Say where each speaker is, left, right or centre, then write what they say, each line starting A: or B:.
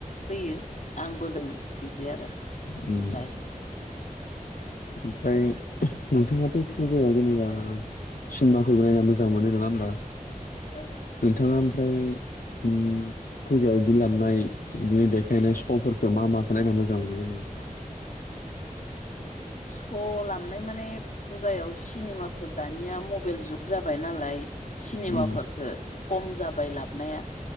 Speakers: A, on the left; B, on the left.
A: होयो आंबो लोङो बिदि आरो।
B: उम
A: जायो
B: उम ओमफ्राय नोंथाङाथ' फुजायाव जेनेबा सिनेमाखौ नायना मोजां मोनो नङा होनोमबा?
A: <unintelligible>
B: नोंथाङा ओमफ्राय उम फुजायाव बिदि लाबनाय बिदिनो देखायनाय श'फोरखौ मा माखौ नायना मोजां मोनो।
A: स' लामनाय माने फजायाव सिनेमाफोर दानिया मबाइल जुग जाबाय नालाय। सिनेमाफोरफोरखौ
B: उम
A: खम जाबाय लाबोना